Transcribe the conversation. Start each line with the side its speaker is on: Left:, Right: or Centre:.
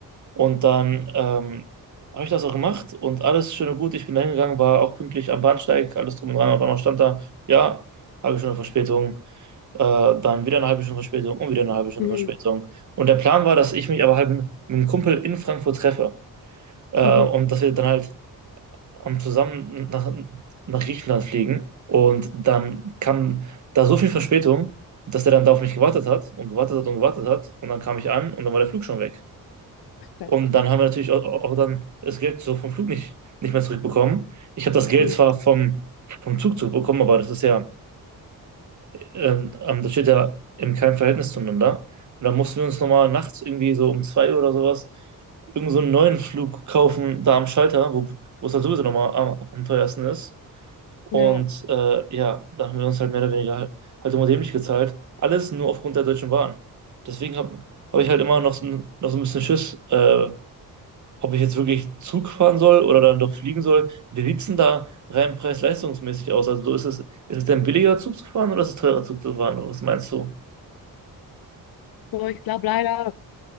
Right: Und dann ähm, habe ich das auch gemacht und alles schön und gut. Ich bin da hingegangen, war auch pünktlich am Bahnsteig, alles drum und dran. Auf einmal stand da, ja, halbe Stunde Verspätung, äh, dann wieder eine halbe Stunde Verspätung und wieder eine halbe Stunde
Left: Mhm.
Right: Verspätung. Und der Plan war, dass ich mich aber halt mit einem Kumpel in Frankfurt treffe äh,
Left: Mhm.
Right: und dass wir dann halt am zusammen nach, nach Griechenland fliegen und dann kam da so viel Verspätung, dass der dann da auf mich gewartet hat und gewartet hat und gewartet hat und dann kam ich an und dann war der Flug schon weg.
Left: Das-
Right: Und dann haben wir natürlich auch, auch dann das Geld so vom Flug nicht, nicht mehr zurückbekommen. Ich habe das Geld
Left: Mhm.
Right: zwar vom, vom Zug zurückbekommen, aber das ist ja, ähm, ähm, das steht ja in keinem Verhältnis zueinander. Und dann mussten wir uns nochmal nachts irgendwie so um zwei Uhr oder sowas irgend so einen neuen Flug kaufen da am Schalter, wo, wo es halt sowieso nochmal am, am teuersten ist. Und
Left: Ja,
Right: äh, ja, da haben wir uns halt mehr oder weniger halt, halt immer dämlich gezahlt. Alles nur aufgrund der Deutschen Bahn. Deswegen habe hab hab ich halt immer noch so, ein- noch so ein bisschen Schiss, äh, ob ich jetzt wirklich Zug fahren soll oder dann doch fliegen soll. Wie sieht's denn da rein preis-leistungsmäßig aus? Also so ist es, ist es denn billiger Zug zu fahren oder ist es teurer Zug zu fahren? Was meinst du?
Left: aber ich glaube leider,